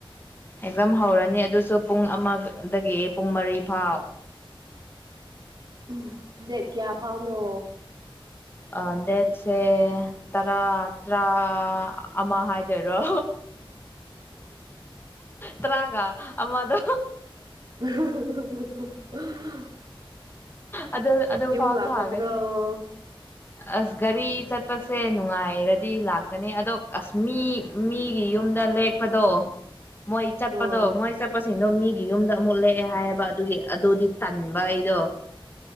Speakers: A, on the left; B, on the right.
A: ꯑꯦꯛꯖꯥꯝ ꯍꯧꯔꯅꯤ ꯑꯗꯨꯁꯨ ꯄꯨꯡ ꯑꯃꯗꯒꯤ ꯄꯨꯡ ꯃꯔꯤ ꯐꯥꯎ
B: ꯎꯝ ꯗꯦ ꯀꯌꯥ ꯐꯥꯎꯅꯣ
A: ꯑ ꯗꯦꯠꯁꯦ ꯇꯔꯥ ꯇꯔꯥ ꯑꯃ ꯍꯥꯏꯗꯣꯏꯔꯣ ꯇ꯭ꯔꯥꯒ ꯑꯃ ꯑꯗꯨ
B: <unintelligible> <unintelligible>
A: ꯑꯗ ꯑꯗꯨꯗ
B: ꯌꯨꯝ
A: ꯐꯥꯎ
B: ꯂꯥꯛꯀꯗ꯭ꯔꯣ
A: ꯇ ꯍꯥꯏꯒꯅꯤꯦ ꯑꯁꯒꯔꯤ ꯆꯠꯄꯁꯦ ꯅꯨꯡꯉꯥꯏꯔꯗꯤ ꯂꯥꯛꯀꯅꯤ ꯑꯗꯣ ꯑꯁ ꯃꯤ ꯃꯤꯒꯤ ꯌꯨꯝꯗ ꯂꯦꯞꯄꯗꯣ ꯃꯣꯏ ꯆꯠꯄꯗꯣ
B: ꯎꯝ
A: ꯃꯣꯏ ꯆꯠꯄꯁꯤꯡꯗꯣ ꯃꯤꯒꯤ ꯌꯨꯝꯗ ꯑꯃꯨꯛꯂꯛꯑꯦ ꯍꯥꯏꯌꯦꯕ ꯑꯗꯨꯒꯤ ꯑꯗꯨꯗꯤ ꯇꯟꯕ ꯑꯩꯗꯣ